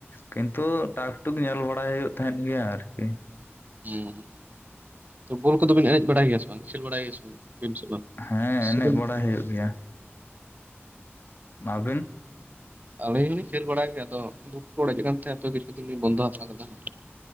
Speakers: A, on the left (about 50°); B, on the right (about 40°).
A: ᱠᱤᱱᱛᱩ ᱴᱟᱠ ᱴᱩᱠ ᱧᱮᱞ ᱵᱟᱲᱟᱭ ᱦᱳᱭᱳᱜ ᱛᱟᱦᱮᱱ ᱜᱮᱭᱟ ᱟᱨᱠᱤ
B: ᱦᱩᱸ ᱛᱚ ᱵᱚᱞ ᱠᱚᱫᱚ ᱵᱤᱱ ᱮᱱᱮᱡ ᱵᱟᱲᱟᱭ ᱜᱮᱭᱟ ᱥᱮ ᱵᱟᱝ ᱠᱷᱮᱞ ᱵᱟᱲᱟᱭ ᱜᱮᱭᱟ ᱥᱮ ᱵᱟᱝ? ᱵᱤᱱ ᱥᱮ ᱵᱟᱝ?
A: ᱦᱮᱸ
B: ᱥᱮᱵᱤᱱ
A: ᱮᱱᱮᱡ ᱵᱟᱲᱟᱭ ᱦᱳᱭᱳᱜ ᱜᱮᱭᱟ ᱟᱵᱤᱱ
B: ᱟᱹᱞᱤᱧ ᱦᱚᱸᱞᱤᱧ ᱠᱷᱮᱞ ᱵᱟᱲᱟᱭ ᱜᱮᱭᱟ ᱟᱫᱚ ᱵᱩᱴ ᱠᱚ ᱚᱲᱮᱡ ᱠᱟᱱ ᱛᱟᱦᱮᱫ ᱛᱚ ᱠᱤᱪᱷᱩ ᱫᱤᱱᱞᱤᱧ ᱵᱚᱱᱫᱚ ᱦᱟᱛᱟᱲ ᱠᱟᱫᱟ ᱦᱟᱸ